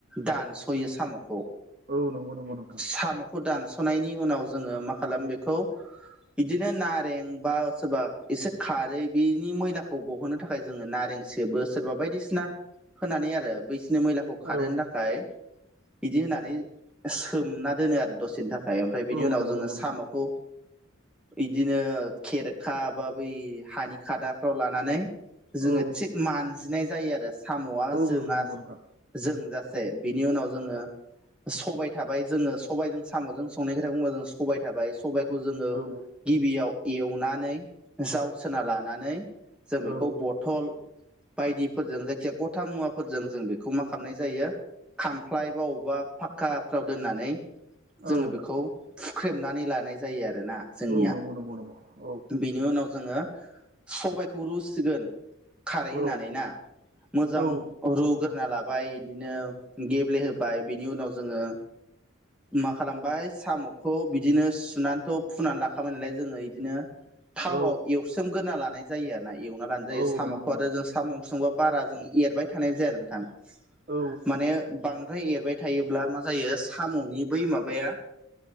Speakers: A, in the centre; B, on the right.
A: दानस'यो साम'ख
B: औ नोंगौ नोंगौ नोंथां।
A: साम'खौ दानस'नायनि उनाव जोङो मा खालामो बेखौ इदिनो नारें बा सोरबा एसे खारै बेनि मैलाखौ गहोनो थाखाय जोङो नारें सेबो सोरबा बायदिसिना होनानै आरो बैसोरनि मैलाखौ
B: औ
A: खारहोनो थाखाय इदि होनानै सोमना दोनो आरो दसेनि था खाय ओमफ्राय बिनि
B: औ
A: उनाव
B: नंगौ
A: जोङो
B: नंगौ नोंथां
A: साम'खौ इदिनो खेरखा बा बै हानि खादाफ्राव लानानै जोङो
B: औ
A: थिग मानजिनाय जायो आरो साम'आ
B: औ
A: जोङा
B: नंगौ नंगौ नोंथां
A: जोंजासे बिनि उनाव जोङो सबाय थाबाय जोङो सबायजों साम'जों संनाय खोथा बुङोबा जों सबाय थाबाय सबायखौ जोङो
B: औ
A: गिबियाव एवनानै जावसोना लानानै जों बेखौ
B: औ
A: बथल बायदिफोरजों जायखिजाया गथा मुवाफोरजों जों बेखौ मा खालामनाय जायो खामफ्लाय बाव बा फाखकाफ्राव दोननानै जोङो
B: औ
A: बेखौ फुख्रेमनानै लानाय जायो आरोना। जोंनिया
B: औ नंगौ नंगौ नंगौ औ
A: बेनि उनाव जोङो सबायाइखौ रुसिगोन खारै
B: औ
A: होनानै ना मोजां
B: औ
A: रुग्रोना ला बाय इदिनो गेब्लेहोबाय बिनि उनाव जोङो मा खालामबाय साम'खौ बिदिनो सुनानैथ' फुनानै लाखाबाय नालाय जोङो इदिनो थावाव
B: औ
A: एवस्रोमग्रोना लानाय जायो आरोना एवना लानाय जायो
B: औ
A: साम'खौ
B: नंगौ
A: आरो
B: नंगौ
A: जों साम' ओंख्रि संबा बारा जों एरबाय थानाय जाया नोंथां।
B: औ
A: माने बां ओमफ्राय एरबाय थायोब्ला मा जायो साम'नि बै माबाया